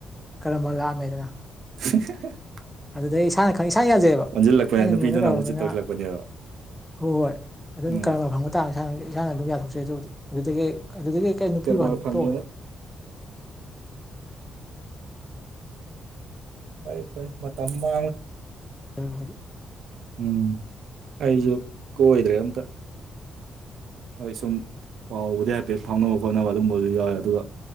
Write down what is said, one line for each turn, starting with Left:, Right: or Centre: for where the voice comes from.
Centre: ꯀꯔꯝꯕ ꯂꯥꯛꯑꯝꯃꯦꯗꯅ
Right: <inaudible>
Centre: ꯑꯗꯨꯗ ꯑꯩ ꯏꯁꯥ ꯈꯪ ꯏꯁꯥꯅ ꯌꯥꯜꯖꯦꯕ
Right: ꯑꯣꯟꯁꯤꯜꯂꯛꯄꯅꯦ
Centre: ꯑꯩꯅ
Right: ꯅꯨꯄꯤꯗꯨꯅ
Centre: ꯃꯤꯉꯣꯟꯗ ꯇꯧꯔꯕꯅꯤꯅ
Right: ꯑꯃꯨꯛ ꯆꯤꯠ ꯇꯧꯁꯤꯜꯂꯛꯄꯅꯦꯕ
Centre: ꯍꯣꯏ ꯍꯣꯏ ꯑꯗꯨꯝ
Right: ꯎꯝ
Centre: ꯀꯔꯝꯕ ꯐꯒꯣ ꯇꯥꯡ ꯏꯁꯥꯅ ꯏꯁꯥꯅ ꯑꯗꯨꯝ ꯌꯥꯊꯣꯛꯆꯩ ꯇꯧꯕ ꯑꯗꯨꯗꯒꯤ ꯑꯗꯨꯗꯒꯤ ꯀꯩ ꯅꯨꯄꯤ
Right: ꯀꯔꯃ
Centre: ꯋꯥꯟ
Right: ꯐꯪꯉꯦꯅ
Centre: ꯇꯣꯛꯉꯦ
Right: ꯐꯔ ꯐ ꯃ ꯇꯝꯕ
Centre: ꯎꯝꯗꯤ
Right: ꯎꯝ ꯑꯩꯁꯨ ꯀꯣꯏꯗ꯭ꯔꯦ ꯑꯝꯇ ꯍꯣꯏ ꯁꯨꯝ ꯄꯥꯎꯕꯨꯗꯤ ꯍꯥꯏꯐꯦꯠ ꯐꯥꯎꯅꯕ ꯈꯣꯠꯅꯕ ꯑꯗꯨꯝꯕꯁꯨ ꯌꯥꯎꯋꯦ ꯑꯗꯨꯒ